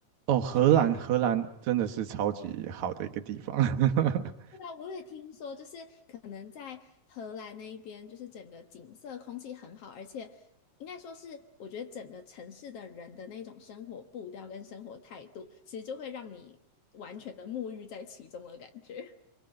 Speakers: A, on the right; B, on the left.
A: 哦，荷兰，
B: 去看看。
A: 荷兰真的是超级好的一个地方。<laughs>
B: 对啊，我也听说，就是可能在荷兰那一边，就是整个景色、空气很好，而且应该说是，我觉得整个城市的人的那种生活步调跟生活态度，其实就会让你完全的沐浴在其中的感觉。